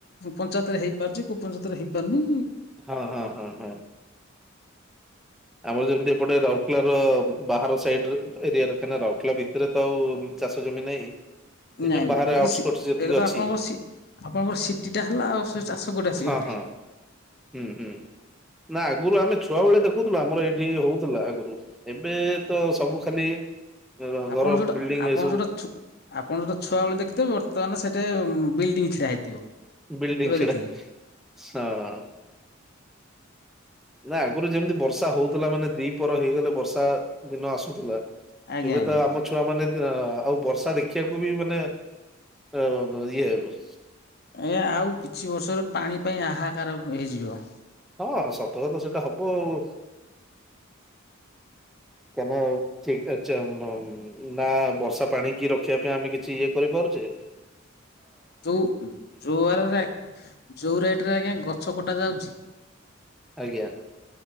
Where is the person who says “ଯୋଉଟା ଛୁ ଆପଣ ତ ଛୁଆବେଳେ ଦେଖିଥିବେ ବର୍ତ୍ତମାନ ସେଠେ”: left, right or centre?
Left